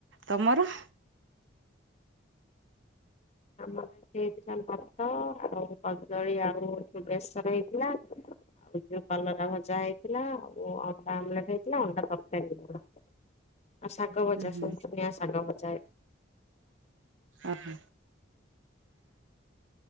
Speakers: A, on the right; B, on the left.
A: ତମର।
B: ଆମର ବି ହେଇଥିଲା ଭାତ ଆଉ କଦଳୀ ଆଳୁ ବେଶର ହେଇଥିଲା। ଆଉ ଯୋଉ କଲରା ଭଜା ହେଇଥିଲା ଆଉ ଅଣ୍ଡା ଆମଲେଟ ହେଇଥିଲା ଅଣ୍ଡା ତରକାରୀ ହେଇଥିଲା। ଆଉ ଶାଗ ବଜା
A: ଉହୁଁ
B: ସୂଂସୁନିଆ ଶାଗ ଭଜା।
A: ଓ ହୋ।